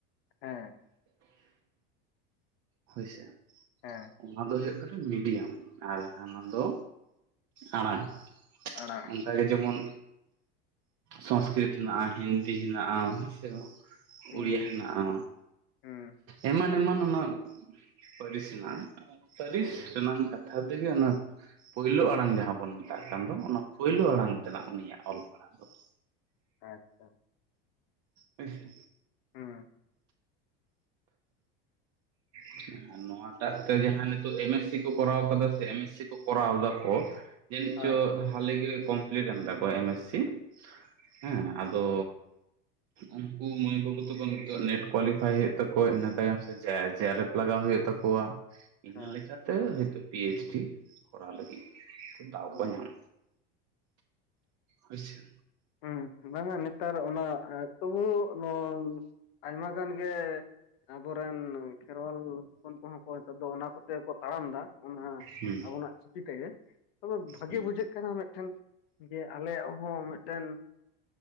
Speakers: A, on the left; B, on the right.
A: ᱦᱮᱸ
B: ᱦᱳᱭᱥᱮ,
A: ᱦᱮᱸ
B: ᱚᱱᱟ ᱫᱚ ᱦᱩᱭᱩᱜ ᱠᱟᱱᱟ ᱢᱤᱰᱤᱭᱟᱢ ᱟᱨ ᱦᱟᱱᱟ ᱫᱚ ᱟᱸᱲᱟᱝ
A: ᱟᱲᱟᱝ
B: ᱚᱱᱠᱟᱜ ᱜᱮ ᱡᱮᱢᱚᱱ ᱥᱚᱝᱥᱠᱨᱤᱛ ᱦᱮᱱᱟᱜᱼᱟ, ᱦᱤᱱᱫᱤ ᱦᱮᱱᱟᱜᱼᱟ, ᱦᱮᱥᱮ
A: ᱦᱩᱸ
B: ᱩᱲᱤᱭᱟᱹ ᱦᱮᱱᱟᱜᱼᱟ᱾
A: ᱦᱩᱸ
B: ᱮᱢᱟᱱ ᱮᱢᱟᱱ ᱚᱱᱟ ᱯᱟᱹᱨᱤᱥ ᱦᱮᱱᱟᱜᱼᱟ᱾ ᱯᱟᱹᱨᱤᱥ ᱨᱮᱱᱟᱜ ᱠᱟᱛᱷᱟ ᱛᱮᱜᱮ ᱚᱱᱟ ᱯᱳᱭᱞᱳ ᱟᱲᱟᱝ ᱡᱟᱦᱟᱸ ᱵᱚᱱ ᱢᱮᱛᱟᱜ ᱠᱟᱱ ᱫᱚ ᱚᱱᱟ ᱯᱳᱭᱞᱳ ᱟᱲᱟᱝ ᱛᱮᱱᱟᱜ ᱩᱱᱤᱭᱟᱜ ᱚᱞ ᱯᱟᱲᱦᱟᱜ ᱫᱚ ᱠᱟᱱᱟ᱾
A: ᱦᱮᱛᱚ
B: ᱦᱳᱭ ᱥᱮ
A: ᱦᱩᱸ
B: <inaudible> ᱱᱚᱣᱟᱴᱟᱜ ᱛᱮ ᱡᱟᱦᱟᱸ ᱱᱤᱛᱚᱜ ᱮᱢᱮᱥ ᱥᱤ ᱠᱚ ᱠᱚᱨᱟᱣ ᱠᱟᱫᱟ ᱥᱮ ᱮᱢᱮᱥᱤ ᱠᱚ ᱠᱚᱨᱟᱣ ᱫᱟ ᱠᱚ ᱡᱟᱹᱱᱤᱡ
A: ᱦᱮᱸ
B: ᱪᱚ ᱦᱟᱞᱮ ᱜᱮ ᱠᱚᱢᱯᱞᱤᱴ ᱮᱱ ᱛᱟᱠᱚᱣᱟ ᱮᱢᱮᱥ ᱥᱤ᱾ ᱦᱮᱸ ᱛᱚ ᱩᱱᱠᱩ ᱢᱟᱹᱭ ᱵᱟᱹᱵᱩ ᱛᱟᱠᱚ ᱱᱤᱛᱚᱜ ᱱᱮᱴ ᱠᱚᱣᱟᱞᱤᱯᱟᱭ ᱦᱩᱭᱩᱜ ᱛᱟᱠᱚᱣᱟ ᱤᱱᱟᱹ ᱛᱟᱭᱚᱢ ᱥᱮ ᱪᱮᱫᱽ ᱡᱮᱭᱟᱨᱮᱯ ᱞᱟᱜᱟᱣ ᱦᱩᱭᱩᱜ ᱛᱟᱠᱚᱣᱟ᱾ ᱤᱱᱟᱹ
A: ᱦᱮᱸ
B: ᱞᱮᱠᱟᱛᱮ ᱦᱤᱛᱚᱜ ᱯᱤ ᱮᱭᱤᱪ ᱰᱤ ᱠᱚᱨᱟᱣ ᱞᱟᱹᱜᱤᱫ ᱫᱟᱣ
A: ᱦᱩᱸ
B: ᱠᱚ ᱧᱟᱢ ᱦᱪᱭ ᱥᱮ
A: ᱦᱩᱸ ᱵᱟᱝᱟ ᱱᱮᱛᱟᱨ ᱚᱱᱟ ᱛᱚᱵᱩ ᱱᱚᱣᱟ ᱟᱭᱢᱟ ᱜᱟᱱ ᱜᱮ ᱟᱵᱚᱨᱮᱱ ᱠᱷᱮᱨᱣᱟᱞ ᱦᱚᱯᱚᱱ ᱠᱚᱦᱚᱸ ᱠᱚ ᱱᱮᱛᱟᱨ ᱫᱚ ᱚᱱᱟ ᱠᱚᱛᱮ ᱠᱚ ᱛᱟᱲᱟᱢ ᱮᱫᱟ ᱚᱱᱟ
B: ᱦᱩᱸ
A: ᱟᱵᱚᱱᱟᱜ ᱪᱤᱠᱤ ᱛᱮᱜᱮ ᱛᱚᱵᱮ ᱵᱷᱟᱜᱮ
B: ᱦᱩᱸ
A: ᱵᱩᱡᱷᱟᱹᱜ ᱠᱟᱱᱟ ᱢᱤᱫᱴᱮᱱ ᱡᱮ ᱟᱞᱮᱭᱟᱜ ᱦᱚᱸ ᱢᱤᱫᱴᱮᱱ